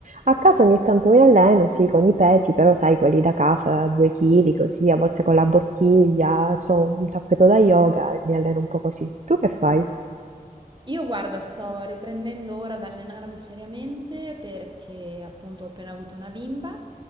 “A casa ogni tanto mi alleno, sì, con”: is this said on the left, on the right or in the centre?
Right